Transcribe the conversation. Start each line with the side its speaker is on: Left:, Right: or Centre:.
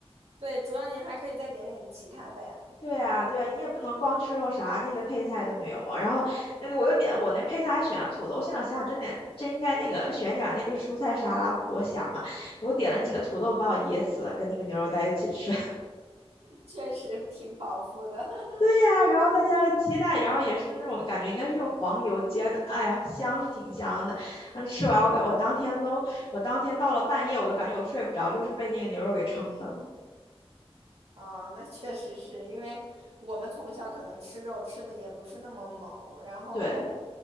Right: 对，主要你还可以再点点其他的呀。
Left: 对啊，对啊，你也不能光吃肉啥，那个配菜都没有啊。然后那个我又点，我那配菜还选了土豆，现在我想想，真点真应该那个选点那个蔬菜沙拉，不多香啊！我点了几个土豆，把我噎死了，跟那个牛肉在一起吃。
Right: 确实挺饱腹的 <laughs>
Left: 对呀、然后再加个鸡蛋，然后也是那种感觉应该是用黄油煎的，哎呀，香是挺香的。但是吃完我感我当天都，我当天到了半夜我都感觉我睡不着，就是被那个牛肉给撑的。
Right: 啊，那确实是因为我们从小可能吃肉吃的也不是那么猛，然后
Left: 对